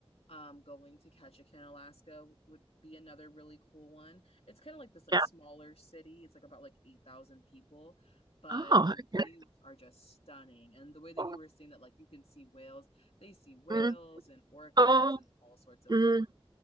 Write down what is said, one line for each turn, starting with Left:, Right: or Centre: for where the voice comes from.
Left: um going to Ketchikan, Alaska would be another really cool one. It's kind of like this like
Right: Yeah.
Left: smaller city. It's like about like 8,000 people, but
Right: Oh,
Left: the
Right: okay.
Left: views are just stunning. And the way that
Right: Oh,
Left: you were saying that like you can see whales, they see whales
Right: mm,
Left: and orcas
Right: oh,
Left: and all sorts of
Right: mm.
Left: things.